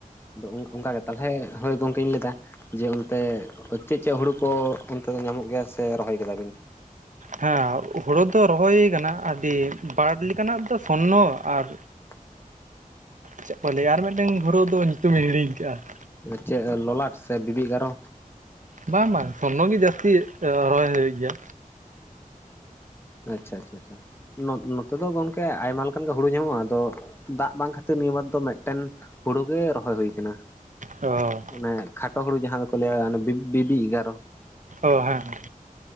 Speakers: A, on the left (about 15°); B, on the right (about 60°).
A: ᱟᱫᱚ ᱚᱱᱠᱟᱜᱮ ᱛᱟᱦᱚᱞᱮ ᱦᱳᱭ ᱜᱚᱢᱠᱮᱧ ᱞᱟᱹᱭ ᱫᱟ ᱡᱮ ᱚᱱᱛᱮ ᱪᱮᱫ ᱪᱮᱫ ᱦᱩᱲᱩ ᱠᱚ ᱚᱱᱛᱮ ᱫᱚ ᱧᱟᱢᱚᱜ ᱜᱮᱭᱟ ᱥᱮ ᱨᱚᱦᱚᱭ ᱠᱮᱫᱟᱵᱤᱱ?
B: ᱦᱮᱸ ᱦᱳᱲᱳ ᱫᱚ ᱨᱚᱦᱚᱭ ᱠᱟᱱᱟ ᱟᱹᱰᱤ ᱵᱟᱨᱰ ᱞᱮᱠᱟᱱᱟᱜ ᱫᱚ ᱥᱚᱨᱱᱚ ᱟᱨ,
A: <inaudible>
B: ᱪᱮᱫ ᱠᱚ ᱞᱟᱹᱭᱼᱟ ᱟᱨ ᱢᱤᱫᱴᱟᱝ ᱦᱳᱲᱳ ᱫᱚ ᱧᱩᱸᱛᱩᱢᱤᱧ ᱦᱤᱲᱤᱧ ᱟᱠᱟᱸᱜᱼᱟ᱾
A: ᱪᱮᱫ ᱞᱚᱞᱟᱴ ᱥᱮ ᱵᱤᱵᱤ ᱮᱜᱟᱨᱚ?
B: ᱵᱟᱝ ᱵᱟᱝ ᱥᱚᱨᱱᱚ ᱜᱮ ᱡᱟᱹᱥᱛᱤ ᱨᱚᱦᱚᱭ ᱦᱩᱭᱩᱜ ᱜᱮᱭᱟ᱾
A: ᱟᱪᱪᱷᱟ ᱟᱪᱪᱷᱟ ᱪᱷᱟ ᱱᱚᱛᱮ ᱫᱚ ᱜᱚᱝᱠᱮ ᱟᱭᱢᱟ ᱞᱮᱠᱟᱱ ᱜᱮ ᱦᱩᱸᱲᱩ ᱧᱟᱢᱚᱜᱼᱟ ᱟᱫᱚ ᱫᱟᱜ ᱵᱟᱝ ᱠᱷᱟᱹᱛᱤᱨ ᱱᱤᱭᱟᱹ ᱵᱟᱨ ᱫᱚ ᱢᱤᱫᱴᱮᱱ ᱦᱩᱸᱲᱩ ᱜᱮ ᱨᱚᱦᱚᱭ ᱦᱩᱭ ᱟᱠᱟᱱᱟ᱾
B: ᱚᱻ
A: ᱚᱱᱮ ᱠᱷᱟᱴᱚ ᱦᱩᱸᱲᱩ ᱡᱟᱦᱟᱸ ᱫᱚᱠᱚ ᱞᱟᱹᱭᱟ ᱵᱤᱵᱤ ᱮᱜᱟᱨᱚ᱾
B: ᱳ ᱦᱮᱸ ᱦᱮᱸ